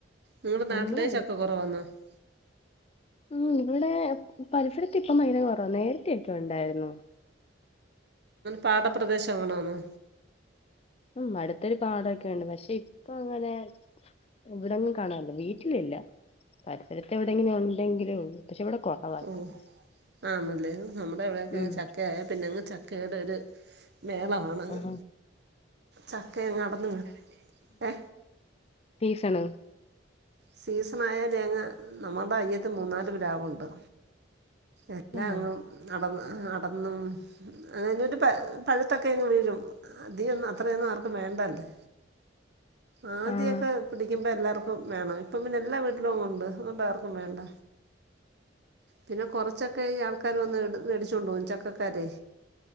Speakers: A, on the right; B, on the left.
A: നിങ്ങളുടെ നാട്ടിലെ
B: നമ്മളവിടെ
A: <unintelligible>
B: ഉം ഇവിടെ പരിസരത്തിപ്പോ മൈന കുറവ നേരത്തെയൊക്കെ ഉണ്ടായിരുന്നു
A: പാടപ്രദേശം ആണോന്നോ
B: ഉം അടുത്തൊരു പാടൊക്കെയുണ്ട് പക്ഷെ ഇപ്പൊ അങ്ങനെ ഇവിടങ്ങ് കാണാനില്ല വീട്ടിലില്ല പരിസരത്തെ എവിടെങ്ങലും ഉണ്ടെങ്കിലെയുള്ളൂ പക്ഷെ ഇവിടെ കുറവാ ഇപ്പം
A: ഓ ആണല്ലേ നമ്മുടെ എവിടെയൊക്കെങ്ങ്
B: ഉം
A: ചക്കയായ പിന്നങ്ങ് ചക്ക ചക്കയുടെ ഒരു മേളമാണങ്ങ്
B: ആഹാ
A: ചക്കയങ്ങടന്ന് വീ ഏ
B: സീസൺ
A: സീസണായ തേങ്ങ നമ്മുടെ ബയ്യത്തി മൂന്നാല് പ്ലാവുണ്ട് എല്ലാം
B: ആഹ്
A: അങ്ങും അടന്ന് അടന്നും അങ്ങനൊരു പഴുപഴുത്തൊക്കെ ഇങ്ങ് വീഴും അതിയൊന്നും അത്രയൊന്നും ആർക്കും വേണ്ടല്ലേ ആദ്യൊക്കെ
B: ആഹ്
A: പിടിക്കുമ്പോ എല്ലാവർക്കും വേണം ഇപ്പൊ പിന്നെ എല്ലാ വീട്ടിലും അങ്ങുണ്ട് അതുകൊണ്ടാർക്കും വേണ്ട പിന്നെ കുറച്ചൊക്കെ ഈ ആൾക്കാർ വന്ന് മേടിച്ചോണ്ട് പോവും ചക്കക്കാരെ